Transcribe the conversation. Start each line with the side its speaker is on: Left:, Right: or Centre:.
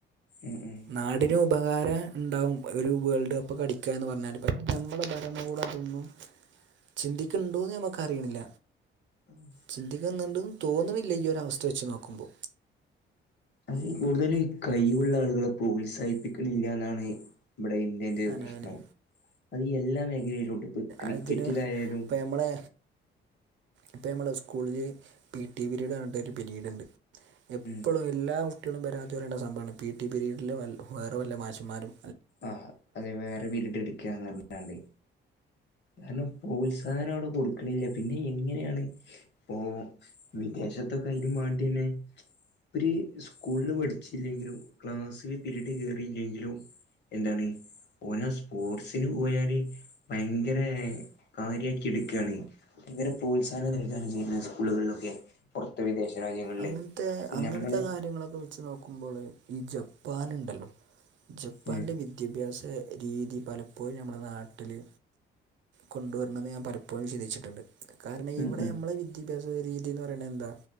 Left: ഉം ഉം.
Right: നാടിന് ഉപകാര ണ്ടാവും ഒരു വേൾഡ് കപ്പ് പഠിക്കാന്ന് പർഞ്ഞാല് <unintelligible> നമ്മളെ <unintelligible> ഞമ്മളെവെടതോന്നും ചിന്തിക്ക്ണ്ടോന്ന് നമക്കറീല്ല.
Left: ആഹ്
Right: ചിന്തിക്കാൻ വേണ്ടി തോന്നണില്ല ഈ ഒരവസ്ഥ വെച്ച് നോക്കുമ്പോ.
Left: <unintelligible> കൂടുതല് കൈവുള്ളാളുകളെ പ്രോത്സാഹിപ്പിക്ക്ണില്ലന്നാണ് ഇവടെ ഇം അയ്ന്റെ
Right: അങ്ങനെ
Left: പ്രശ്നം അത് എല്ലാ മേഖലയിലുണ്ട് <unintelligible> ക്രിക്കറ്റിലായാലും.
Right: അതിന് നമ്മളെ ഇപ്പ നമ്മളെ സ്കൂളില് പി ടി പിരീഡാവുമ്പോ ഒരു പിരീഡ്ണ്ട് എപ്പൊളായ
Left: ഉം
Right: എല്ലാ സ്‌കൂളിലും പരാതി പറെണ സംഭവാണ് പി ടി പിരീഡില് വേറ വല്ല മാഷമ്മാരും
Left: ആഹ് അതെ വേറെ പിരീഡ് ഇട്ക്കാന്ന് പർഞ്ഞ്ക്കാണ്ടെ അയ്ന് പ്രോത്സാഹനവടെ കൊട് ക്ക്ണില്ല പിന്നെ എങ്ങനെണ് പ്പൊ വിദേശത്തൊക്കെ അയ്നും മാണ്ട്യെന്നെ ഇവര് സ്കൂളില് പഠിച്ചില്ലെങ്കിലും ക്ലാസ്സില് പിരീഡ് കേറില്ലെങ്കിലും എന്താണ് ഓലെ സ്പോർട്സിന് പോയാലും ഭയങ്ക ങ്കരായ് കാര്യക്കിട്ക്കാണ്. ഇവരെ പ്രോത്സാഹനം നൽക്കാണ് ചെയ്യുന്നത് സ്കൂളുകളിലൊക്കെ. പൊർത്ത് വിദേശ രാജ്യങ്ങളില്
Right: അങ്ങനത്തെ
Left: ക്ഷേ
Right: അങ്ങനത്തെ
Left: ഞമ്മള്
Right: കാര്യങ്ങളൊക്കെ വെച്ച് നോക്കുമ്പോള് ഈ ജപ്പാന്ണ്ടല്ലോ ജപ്പാന്റെ
Left: ഉം
Right: വി ദ്യാഭ്യാസ രീതി പലപ്പോഴു ഞമ്മളെ നാട്ടില് കൊണ്ടു വരണെന്ന് ഞാൻ പലപ്പോഴും ചിന്തിച്ചിട്ട്ണ്ട് കാരണം
Left: ഉം
Right: ഇവടെ
Left: ഉം
Right: ഞമ്മളെ വിദ്യാഭ്യാസ രീതിന്ന് പറിണെന്താ